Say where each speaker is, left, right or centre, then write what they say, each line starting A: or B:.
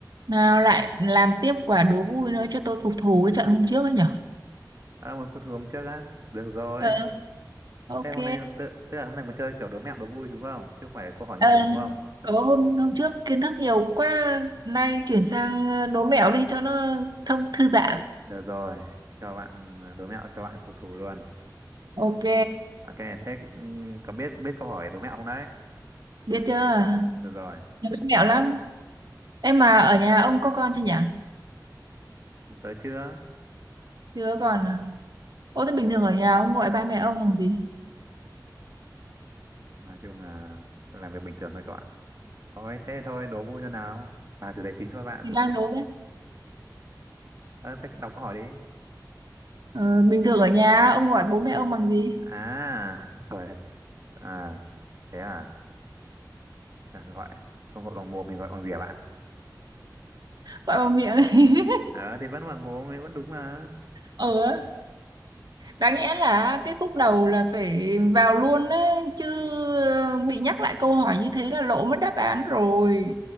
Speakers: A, on the right; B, on the right.
A: Nào lại làm tiếp quả đố vui nữa cho tôi phục thù cái trận hôm trước ấy nhở.
B: à, một phút hôm trước á được rồi
A: Ờ, ok.
B: thế hôm nay tức, tức là hôm nay mà chơi kiểu đố mẹo đố vui đúng không chứ không phải câu hỏi
A: Ờ,
B: nghiêm túc đúng không
A: đố hôm, hôm trước kiến thức nhiều quá. Nay chuyển sang ờ, đố mẹo đi cho nó thông thư giãn.
B: được rồi cho bạn ừ, đố mẹo cho bạn phục thù luôn
A: Ok.
B: ok thế ừ, có biết biết câu hỏi đố mẹo không đấy
A: Biết chưa?
B: được rồi
A: Nhiều cách mẹo lắm. Em mà ở nhà ông có con chưa nhỉ?
B: tới chưa
A: Chưa còn à? Ô thế bình thường ở nhà ông gọi ba mẹ ông bằng gì?
B: nói chung là làm việc bình thường thôi các bạn thôi thế thôi đố vui cho nào và chủ đề chính thôi bạn
A: Thì đang đố đấy.
B: Ờ, thế đọc câu hỏi đi
A: Ờ, bình thường ở nhà ông gọi bố mẹ ông bằng gì?
B: à <laughs> rồi à thế à gọi không gọi bằng mồm mình gọi bằng gì à bạn
A: Gọi bằng miệng. <laughs>
B: ờ thì vẫn bằng mồm thì vẫn đúng mà
A: Ờ. đáng nghĩa là cái khúc đầu là phải vào luôn đấy chứ ờ, bị nhắc lại câu hỏi như thế là lộ mất đáp án rồi